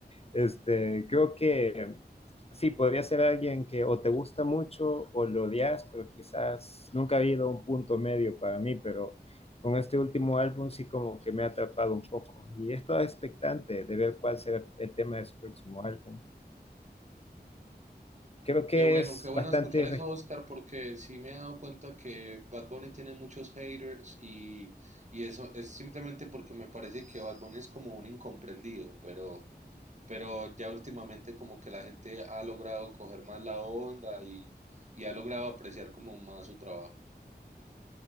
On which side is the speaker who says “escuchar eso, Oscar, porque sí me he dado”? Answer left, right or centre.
Right